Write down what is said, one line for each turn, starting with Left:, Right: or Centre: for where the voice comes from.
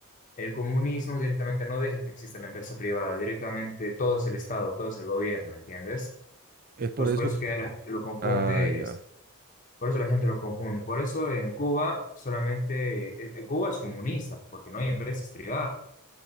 Left: El comunismo directamente no deja que exista la empresa privada, directamente todo es el Estado, todo es el gobierno, ¿entiendes?
Right: Es
Left: Entonces,
Right: por eso...
Left: por eso que la gente lo confunde,
Right: Ah, ya.
Left: Por eso la gente lo confunde. Por eso en Cuba solamente, eh, eh, Cuba es comunista porque no hay empresas privadas.